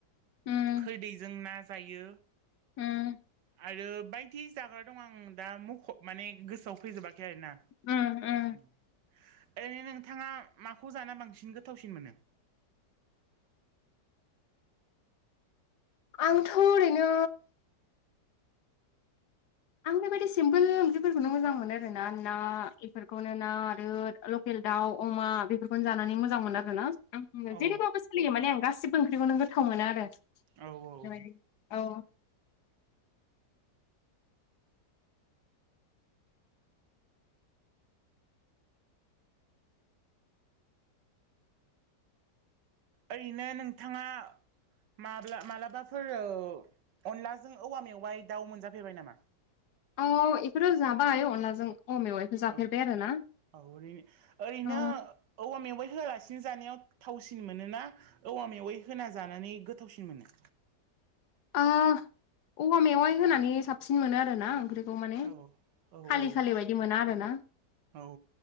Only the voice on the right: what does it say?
खोरदैजों ना जायो
आरो बायदि जाग्रा दं आं दा मख' माने गोसोआव फैजोबाखै आरोना
ओरैनो नोंथाङा माखौ जाना बांसिन गोथावसिन मोनो
औ
औ औ
ओरैनो नोंथाङा माब्ला माब्लाबाफोर अनलाजों औवा मेवबाय दाउ मोनजाफैबाय नामा?
औ
औ ओरै ओरैनो
औवा मेवाइ। होआलासिनो जानायाव थावसिन मोनोना औवा मेवाय होना जानानै गोथावसिन मोनो।
औ औ
औ
औ